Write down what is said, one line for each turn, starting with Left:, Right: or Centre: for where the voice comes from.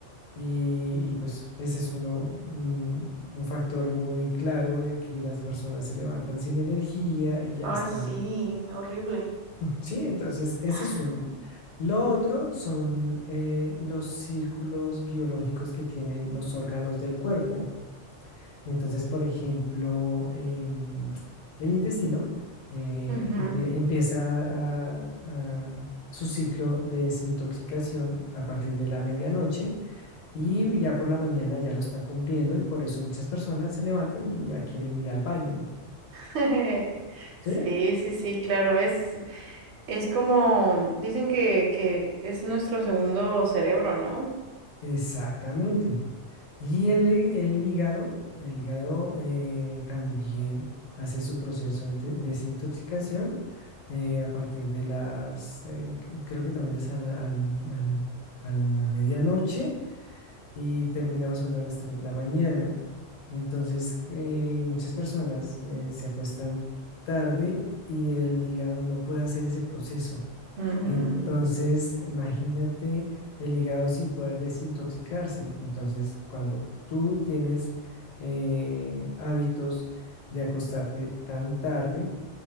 Left: y, y, pues ese es uno, un, un factor muy claro de que las personas se levantan sin energía y ya
Right: Ay,
Left: están.
Right: sí, horrible.
Left: Sí, entonces ese
Right: <laughs>
Left: es uno. Lo otro son eh, los círculos biológicos que tienen los órganos del cuerpo. Entonces, por ejemplo, em, el intestino eh,
Right: Ujú.
Left: empie- empieza a, a su ciclo de desintoxicación a partir de la medianoche y ya por la mañana ya lo está cumpliendo y por eso muchas personas se levantan y ya quieren ir al baño.
Right: <laughs>
Left: ¿Sí?
Right: Sí, sí, sí, claro, es, es como, dicen que, que es nuestro segundo cerebro, ¿no?
Left: Exactamente. Y el, hí- el hígado, el hígado eh, también hace su proceso de te- desintoxicación eh, a partir de las, eh, c- creo que también es a la, al- al- a la medianoche y termina más o menos a las 3 de la mañana. Entonces, eh, muchas personas eh, se acuestan tarde y el hígado no puede hacer ese proceso.
Right: Ujú.
Left: Entonces, imagínate el hígado sin poder desintoxicarse. Entonces, cuando tú tienes eh, hábitos de acostarte tan tarde,